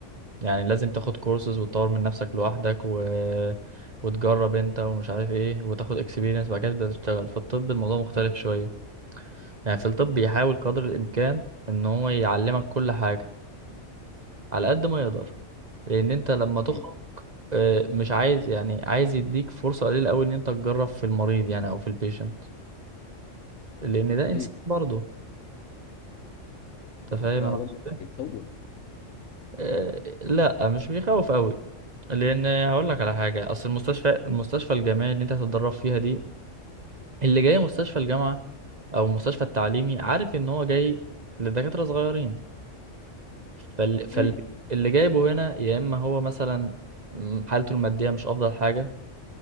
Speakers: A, on the right; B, on the left.
A: يعني لازم تاخد كورسز وتطور من نفسك لوحدك و... وتجرب انت ومش عارف ايه وتاخد اكسبيرينس بعد كده تبدأ تشتغل في الطب الموضوع مختلف شوية يعني في الطب بيحاول قدر الامكان ان هو يعلمك كل حاجة على قد ما يقدر لان انت لما تخرج
B: إيه
A: اه، مش عايز يعني عايز يديك فرصة قليلة قوي ان انت تجرب في المريض يعني او في البيشنت لان ده انسان
B: إيه
A: برضه انت فاهم
B: ذا
A: انا
B: والله
A: اقصد ايه
B: يخوف
A: آه، لا مش بيخوف قوي لان هقول لك على حاجه اصل المستشفى المستشفى الجامعي اللي انت هتتدرب فيها دي اللي جاي مستشفى الجامعه او المستشفى التعليمي عارف ان هو جاي لدكاتره صغيرين فال... فال...
B: إيه
A: اللي جايبه هنا يا اما هو مثلا م، حالته الماديه مش افضل حاجه